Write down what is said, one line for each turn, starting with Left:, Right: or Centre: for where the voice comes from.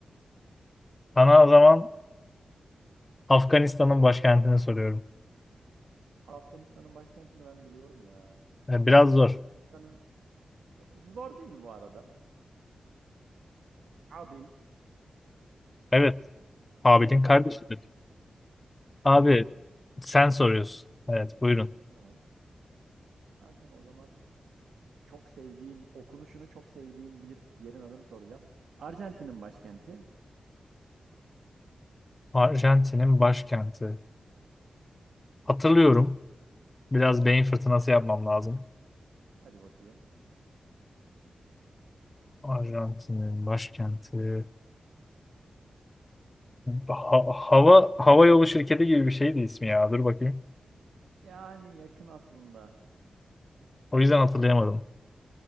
Left: Sana o zaman Afganistan'ın başkentini soruyorum.
Right: Afganistan'ın başkentini ben biliyorum ya.
Left: E, biraz zor.
Right: Afganistan'ın zor değil bu arada. Kabil.
Left: Evet. Abidin
Right: Kabil.
Left: kardeşidir. Abi
Right: Evet.
Left: sen soruyorsun. Evet buyurun.
Right: Tamam. Ben sana o zaman çok sevdiğim, okunuşunu çok sevdiğim bir yerin adını soracağım. Arjantin'in başkenti.
Left: Arjantin'in başkenti. Hatırlıyorum. Biraz beyin fırtınası yapmam lazım.
Right: Hadi bakayım.
Left: Arjantin'in başkenti. Ha- hava hava yolu şirketi gibi bir şeydi ismi ya. Dur bakayım.
Right: Yani yakın aslında.
Left: O yüzden hatırlayamadım.